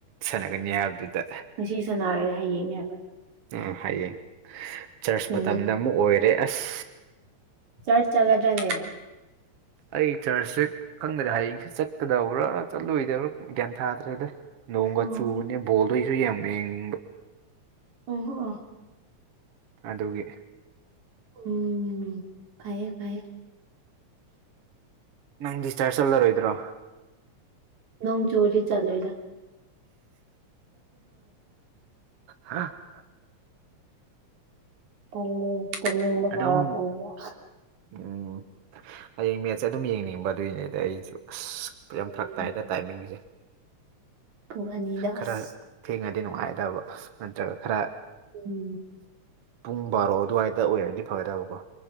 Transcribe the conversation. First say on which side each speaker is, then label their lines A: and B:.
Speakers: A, on the right (about 60°); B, on the right (about 80°).
A: ꯁꯥꯟꯅꯒꯅꯤ ꯍꯥꯏꯕꯗꯨꯗ
B: ꯉꯁꯤ ꯁꯥꯟꯅꯔꯣꯏ ꯍꯌꯦꯡꯉꯦ ꯍꯥꯏꯕ
A: ꯑ ꯍꯌꯦꯡ ꯆꯔꯆ
B: ꯎꯝ
A: ꯃꯇꯝꯗ ꯑꯃꯨꯛ ꯑꯣꯏꯔꯦ ꯑꯁ
B: ꯆꯔ ꯆꯒꯗꯅꯦ
A: ꯑꯩ ꯆꯔꯆꯁꯦ ꯈꯪꯗ꯭ꯔꯦ ꯍꯌꯦꯡꯁ ꯆꯠꯀꯗꯕ꯭ꯔꯥ ꯆꯠꯂꯨꯗꯕ꯭ꯔꯥ ꯒ꯭ꯌꯥꯟ ꯊꯥꯗ꯭ꯔꯦꯗ ꯂꯣꯡꯒꯆꯨ
B: ꯑꯣ
A: ꯕꯣꯜꯗꯣꯏꯁꯨ ꯌꯥꯝꯃꯦ ꯌꯦꯡꯅꯤꯡꯕ
B: ꯑꯣ ꯑꫭ
A: ꯑꯗꯨꯒꯤ
B: ꯎꯝ ꯐꯌꯦ ꯐꯌꯦ
A: ꯅꯪ ꯗꯤ ꯆꯔꯖ ꯆꯠꯂꯔꯣꯏꯗ꯭ꯔꯣ
B: ꯅꯣꯡ ꯆꯨꯔꯗꯤ ꯆꯠꯂꫭꯏꯗ
A: ꯍꯥ <unintelligible>
B: ꯇꯜꯂꯦ ꯇꯨꯝꯅꯤꯡꯕ‌
A: ꯑꯗꯨꯝ
B: ꯐꯔꯇꯅꯕ
A: <unintelligible> ꯍꯌꯦꯡ ꯃꯦꯠꯁꯦ ꯑꯗꯨꯝ ꯌꯦꯡꯅꯤꯡꯕ ꯑꯗꯨꯏꯅꯦꯗꯥ ꯑꯩꯁꯨ ꯑꯁ ꯌꯥꯝ
B: ꯎꯝ
A: ꯐꯔꯛ ꯇꯥꯏꯗ ꯇꯥꯏꯃꯤꯡꯖꯦ
B: ꯄꯨꯡ ꯑꯅꯤꯗ
A: ꯈꯔ
B: ꯑꯁ
A: ꯊꯦꯡꯉꯗꯤ ꯅꯨꯡꯉꯥꯏꯗꯕ ꯅꯠꯇ꯭ꯔꯒ ꯈꯔ
B: ꯎꯝ
A: ꯄꯨꯡ ꯕꯥꯔꯣ ꯑꯗꯨꯋꯥꯏꯗ ꯑꯣꯏꯔꯗꯤ ꯐꯒꯗꯕꯀꯣ